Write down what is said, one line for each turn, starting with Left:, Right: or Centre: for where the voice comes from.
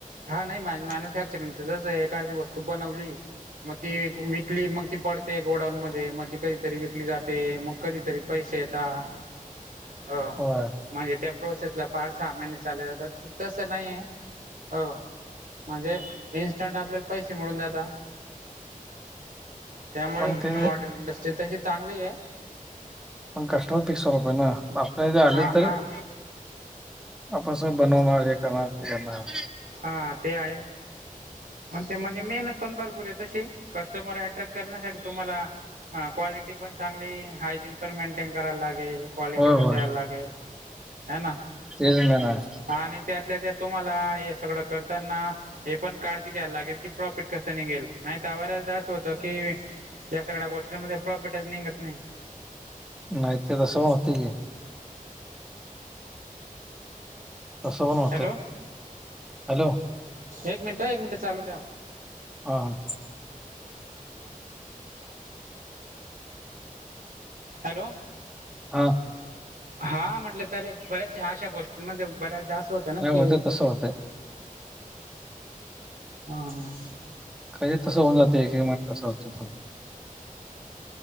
Right: हा नाही मा मॅन्युफॅक्चरिंग जस एक अर्धी वस्तू बनवली मग ती विकली मग ती पडते गोडाऊन मध्ये मग ती कधीरी विकली जात ते मग कधीतरी पैसे येतात अ
Centre: होय
Right: म्हणजे त्या प्रोसेसला पाच सहा महिने चालले जातात तसं नाही आहे हो म्हणजे इन्स्टंट आपल्याला पैसे मिळून जातात त्यामुळे
Centre: पण ते
Right: हॉटेल इंडस्ट्री तशी चांगली आहे.
Centre: पण कस्टमर टेस्ट वाला पाहिजेना, आपल्या इथे आले
Right: हा
Centre: तर
Right: हा
Centre: आप सब बनवणार हे करणार ते करणार
Right: हा ते आहे पण ते म्हने मेहनत पण भरपूर आहे तशी कस्टमर अट्रॅक्ट करण्यासाठी तुम्हाला हा क्वालिटी पण चांगली, हायजीन पण मेंटेन करायला लागेल, क्वालिटी
Centre: होय
Right: पण
Centre: होय
Right: द्यायला लागेल. हे ना?
Centre: तेच मेन आहे
Right: हा आणि त्यातल्या त्यात तुम्हाला हे सगळं करताना हे पण काळजी घ्यायला लागेल की, प्रॉफिट कसं निघेल नाही तर बऱ्याचदा असं होतं की या सगळ्या गोष्टींमध्ये प्रॉफिटच निघत नाही.
Centre: नाही ते तस होते की तसं पण होते,
Right: हॅलो
Centre: हॅलो?
Right: एक मिनिट एक मिनिटं हं चालू ठेव
Centre: हा हां.
Right: हॅलो?
Centre: हा.
Right: हा म्हटलं तर बऱ्याच अशा गोष्टींमध्ये बऱ्याचदा असं होतं ना
Centre: नाही
Right: की
Centre: होतंय तसं होतंय
Right: हा हा
Centre: काही तसं होऊन जाते, एक एक मण तस होते पण